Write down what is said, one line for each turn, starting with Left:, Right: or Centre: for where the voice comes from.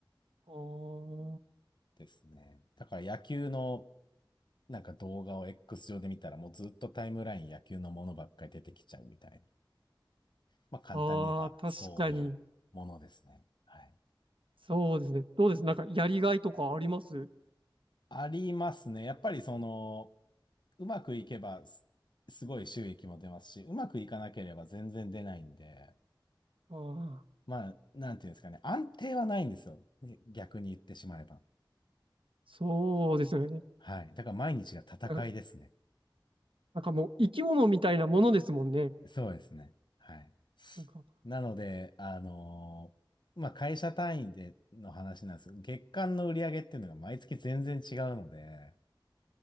Right: あ
Left: ですね。だから野球のなんか動画を X 上で見たらもうずっとタイムライン野球のものばっかり出てきちゃうみたいな。まあ簡単に言えばそういうものですね。
Right: あ、ああ、確かに。
Left: はい。
Right: そうですね。どうですなんかやりがいとかあります
Left: ありますね。やっぱりその、うまくいけばす、すごい収益も出ますし、うまくいかなければ全然出ないんで、
Right: ああー、
Left: まあ、なんていうんですかね。安定はないんですよ。え逆に言ってしまえば。
Right: そうですよね。
Left: はい。だから毎日が戦いですね。
Right: うん。なんかもう生き物みたいなものですもんね。
Left: そうですね。はい。
Right: なんか、
Left: なので、あのーまあ会社単位での話なんですけど、月間の売り上げっていうのが毎月全然違うので、